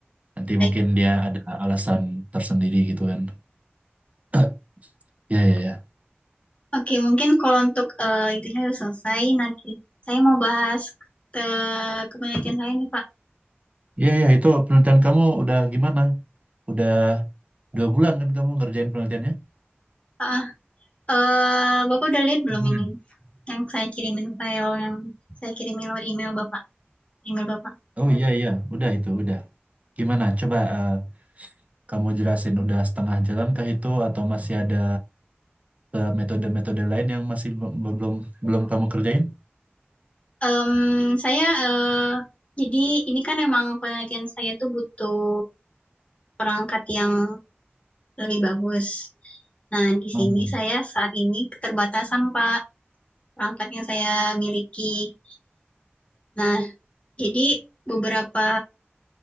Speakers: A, on the right; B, on the left.
A: Nanti
B: baik
A: mungkin dia ada alasan tersendiri gitu kan. <clears throat> Ya ya ya.
B: oke mungkin kalau untuk eh, itunya udah selesai nah ki- saya mau bahas ke kepenelitian saya nih Pak
A: Ya ya itu penelitian kamu udah gimana? Udah dua bulan kan kamu ngerjain penelitiannya?
B: Ah, ah. eh Bapak udah lihat belum
A: Gimana?
B: ini yang saya kirimin file yang saya kirimin lewat email Bapak, email Bapak.
A: Oh iya iya udah itu udah. Gimana? Coba eh, kamu jelasin udah setengah jalan kah itu atau masih ada eh, metode-metode lain yang masih be- belum belum kamu kerjain?
B: Em, saya eh, jadi ini kan emang penelitian saya tuh butuh perangkat yang lebih bagus. Nah, di
A: Mhm.
B: sini saya saat ini keterbatasan Pak perangkat yang saya miliki. Nah, jadi beberapa